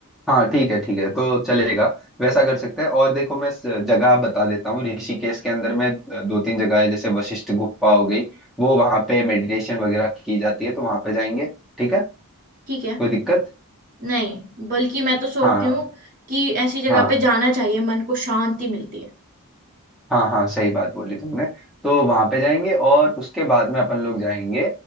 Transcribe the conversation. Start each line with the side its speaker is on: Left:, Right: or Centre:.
Centre: हाँ ठीक है ठीक है तो चलेगा वैसा कर सकते हैं और देखो मैं स- जगह बता देता हूँ ऋषिकेश के अंदर में दो तीन जगह है जैसे वशिष्ठ गुफा हो गई वो वहां पे मेडिटेशन वगैरह की जाती है तो वहां पे जाएंगे ठीक है
Right: ठीक है
Centre: कोई दिक्कत
Right: नहीं बल्कि मैं तो सोच
Centre: हाँ
Right: रही हूँ कि ऐसी जगह
Centre: हाँ
Right: पे जाना चाहिए मन को शांति मिलती है
Centre: हाँ हाँ सही बात बोली तुमने तो वहां पे जाएंगे और उसके बाद में अपन लोग जाएंगे